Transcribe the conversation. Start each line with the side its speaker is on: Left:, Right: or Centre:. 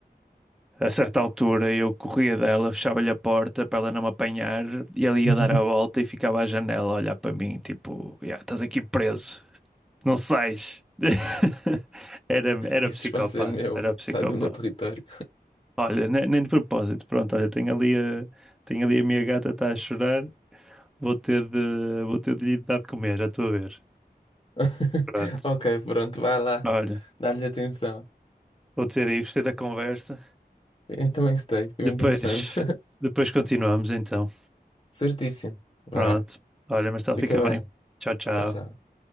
Centre: A certa altura eu corria dela, fechava-lhe a porta para ela não me apanhar e ela ia
Left: <laughs>
Centre: dar a volta e ficava à janela a olhar para mim, tipo, "Ya, estás aqui preso, não sais. <laughs> Era, era
Left: Este
Centre: psicopata,
Left: espaço é meu,
Centre: era psicopata.
Left: sai do meu território.
Centre: Olha, ne- nem de propósito. Pronto, olha, tenho ali a, tenho ali a minha gata, está a chorar. Vou ter de, vou ter de lhe dar de comer, já estou a ver.
Left: <laughs>
Centre: Pronto.
Left: Ok, pronto, vai lá,
Centre: Olha,
Left: dá-lhe atenção.
Centre: vou dizer aí, gostei da conversa.
Left: Eu também gostei, foi
Centre: Depois,
Left: muito interessante. <laughs>
Centre: depois continuamos então.
Left: Certíssimo. Vá,
Centre: Pronto. Olha, Marcelo,
Left: fica
Centre: fica
Left: bem.
Centre: bem. Tchau, tchau.
Left: Tchau, tchau.